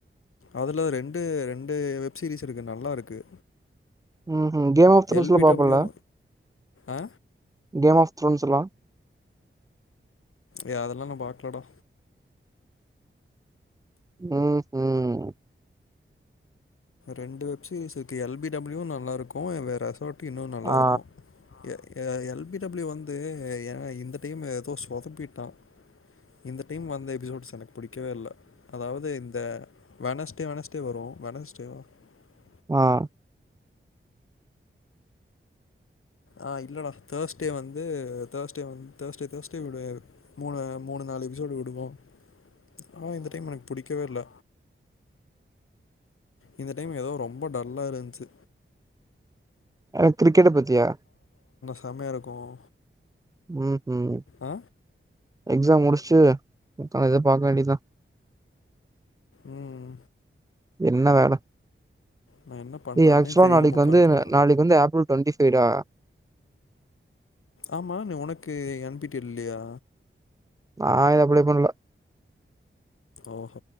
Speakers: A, on the left; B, on the right.
A: அதுல ரெண்டு ரெண்டு வெப் சீரிஸ் இருக்கு நல்லா இருக்கு.
B: உம் உம் கேம் ஆஃப் தன்ஸ்ல
A: எல் பி
B: பாப்பலா
A: டபிள்யூ ஆ
B: கேம் ஆஃப் <unintelligible>
A: ஏ அதெல்லாம் நான் பாக்கலடா.
B: உஹம் உஹம்
A: ரெண்டு வெப் சீரிஸ் இருக்கு எல் பி டபள்யும் நல்லா இருக்கும் ரெஸார்ட் இன்னும் நல்லா
B: ஆ
A: இருக்கும். எ எல் பி டபிள்யூ வந்து ஏ இந்த டைம்மு ஏதோ சொதப்பிட்டான். இந்த டைம் வந்த எபிசோட்ஸ் எனக்கு பிடிக்கவே இல்ல. அதாவது இந்த வெனஸ்டே வெனஸ்டே வரும் வெனஸ்டே <inaudible>
B: ஆஹ்
A: ஆஹ் இல்லடா தேர்ஸ்டே வந்து தேர்ஸ்டே வந்து தேர்ஸ்டே தேர்ஸ்ட்டே விடு மூணு மூணு நாலு எபிசோடு விடுவோம் ஆ இந்த டைம்மு எனக்கு புடிக்கவேல்ல இந்த டைம் ஏதோ ரொம்ப டல்லா இருந்ச்சு.
B: எனக்கு கிரிக்கெட்ட பத்தியா
A: செம்மையா இருக்கும்
B: உம் உம்
A: ஆ
B: எக்ஸாம் முடிச்டு இத பாக்க வேண்டியதா
A: உம்
B: என்ன வேள
A: நான் என்ன பண்ணுறேன்னே
B: ஏ ஆக்சுவலா
A: தெரியாமல்
B: நாளைக்கு
A: உட்காண்ட்ருக்கேன்
B: வந்து நாளைக்கு வந்து ஏப்ரல் டுவெண்டி ஃபைவ் டா
A: ஆமா நீ உனக்கு என் பி டீ ல் இல்லையா.
B: நா இத ஆப்பிளை பண்ணல.
A: ஓஹ